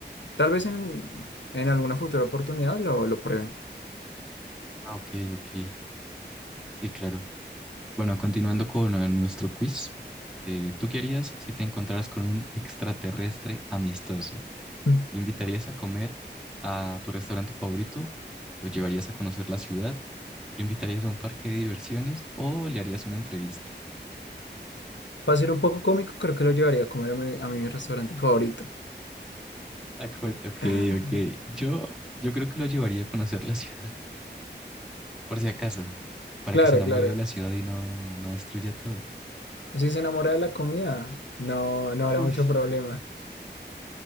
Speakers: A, on the left (about 80°); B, in the centre.
A: Tal vez en, en alguna futura oportunidad lo, lo pruebe.
B: Ah, ok, ok. Sí, claro. Bueno, continuando con eh, nuestro quiz. eh, ¿tú qué harías si te encontraras con un extraterrestre amistoso?
A: <laughs>
B: ¿Le invitarías a comer a tu restaurante favorito? ¿Lo llevarías a conocer la ciudad? ¿Lo invitarías a un parque de diversiones o le harías una entrevista?
A: Para ser un poco cómico, creo que lo llevaría a comer a mi, a mi restaurante favorito.
B: Acuer- ok,
A: <laughs>
B: ok. Yo, yo creo que lo llevaría a conocer la ciudad, <laughs> por si acaso, para
A: Claro,
B: que se enamore
A: claro.
B: de la ciudad y no, no destruya todo.
A: Si se enamora de la comida, no, no habrá
B: Uy,
A: mucho problema.